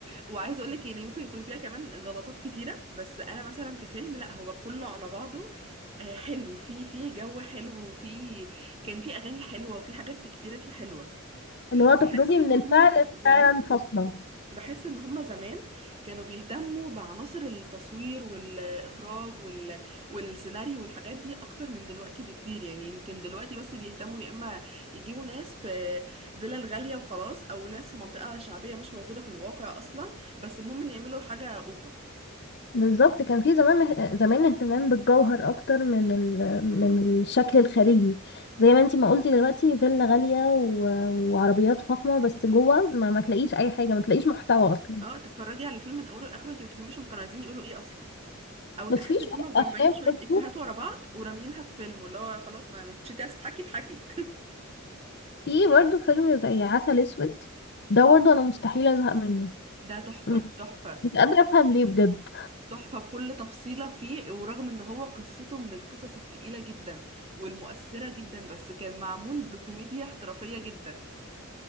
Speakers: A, on the right; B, on the left.
A: وعايزه اقول لك يعني ممكن يكون فيها كمان غلطات كتيره بس انا مثلا كفيلم لا هو كله على بعضه آه، حلو في في جو حلو وفي كان في اغاني حلوه وفي حاجات في كتيره فيه حلوه
B: اللي هو تخرجي
A: بحس ان
B: من الفعل
A: هم زمان
B: فعلا فاصلة
A: بحس ان هما زمان كانوا بيهتموا بعناصر التصوير والاخراج وال... والسيناريو والحاجات دي اكتر من دلوقتي بكتير يعني يمكن دلوقتي بس بيهتموا يا اما يجيبوا ناس في فيلل غالية وخلاص او ناس في منطقة شعبية مش موجودة في الواقع اصلا بس المهم ان يعملوا حاجة اوفر
B: بالظبط كان في زمان زمان اهتمام بالجوهر اكتر من ال... من الشكل الخارجي زي ما انتي ما قلتي دلوقتي فيلا غالية و... وعربيات فخمة بس جوه ما... ما تلاقيش اي حاجة ما تلاقيش محتوى اصلا
A: اه تتفرجي على الفيلم من اوله لاخره انت ما تفهميش هم كانوا عايزين يقولوا ايه اصلا او
B: بس
A: تحسي
B: في شوية
A: ان هم مجمعين
B: افلام
A: شوية
B: برضه
A: افيهات ورا بعض وراميينها في فيلم اللي هو خلاص ما ما انتش عايزة تضحكي اضحكي
B: في برضه فيلم زي عسل اسود ده برضه انا مستحيل ازهق منه
A: <laughs> ده تحفة
B: مش
A: تحفة
B: مش قادرة افهم ليه بجد
A: تحفة بكل تفصيلة فيه ورغم ان هو قصته من القصص التقيلة جدا والمؤثرة جدا بس كان معمول بكوميديا احترافية جدا